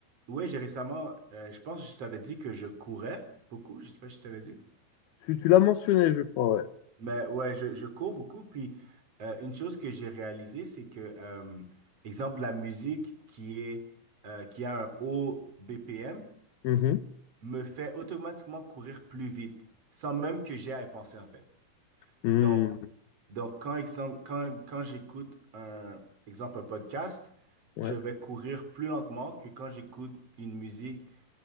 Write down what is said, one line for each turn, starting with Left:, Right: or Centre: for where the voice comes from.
Right: ouais, j'ai récemment, euh, je pense que je t'avais dit que je courais beaucoup, je sais pas si je t'avais dit.
Left: Tu, tu l'as mentionné, je crois, ouais.
Right: Mais ouais, je, je cours beaucoup. Puis euh, une chose que j'ai réalisée, c'est que, euh, exemple, la musique qui est, euh, qui a un haut BPM
Left: Mhm.
Right: me fait automatiquement courir plus vite, sans même que j'aie à y penser en fait.
Left: Mhm.
Right: Donc, donc quand, exemple, quand, quand j'écoute un, exemple, un podcast,
Left: Ouais.
Right: je vais courir plus lentement que quand j'écoute une musique,